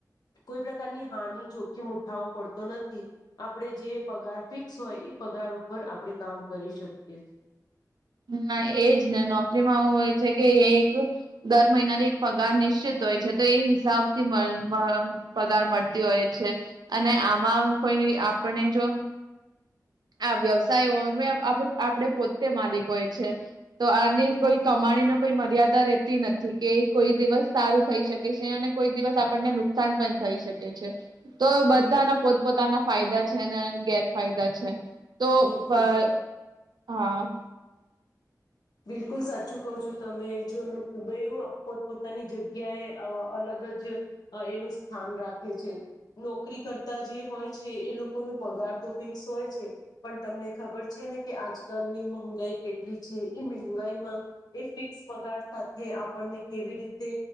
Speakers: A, on the left; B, on the right.
A: કોઈ પ્રકારની હાનિ જોખીમ ઉઠાવો પડતો નથી આપણેે જે પગાર ફિક સોય એ પગાર ઉપર આપણે કામ કરી શકીએ છીએ.
B: હા એજ ને નોકરીમાં આવું હોય છે કે, એક દર મહિનાની એક પગાર નિશ્ચિત હોય છે. તો એ હિસાબ થી <inaudible> પગાર મળતી હોય છે અને આમાં કોઈ આપને જો આ વ્યવસાય અમે <inaudible> આપડે પોત તે માલિક હોય છે. તો આની કોઈ કમાણી ન કોઈ મર્યાદા રહે <inaudible> નથી કે કોઈ દિવસ સારું થઈ શકે છે. અને કોઈ દિવસ આપણને નુકસાન પણ થઈ શકે છે. તો બધાનાં
A: બિલ
B: પોતપોતાના ફાયદા છે ને, ગેરફાયદા છે. તો
A: બિલકુલ
B: <inaudible> અ હા!
A: બિલકુલ સાચું કહો છો તમે જો, બૈંરુ પોતપોતાની જગ્યાએ અલગ જ એનું સ્થાન રાખે છે. નોકરી કરતા જે હોય છે એ લોકો નો પગાર તો ફિક્સ હોય છે. પણ તમને ખબર છે ને કે આજકાલની મોંગાઈ કેટલી છે? એ મેહગાઈમાં એ ફિક્સ પગાર સાથે આપણને કેવી રીતે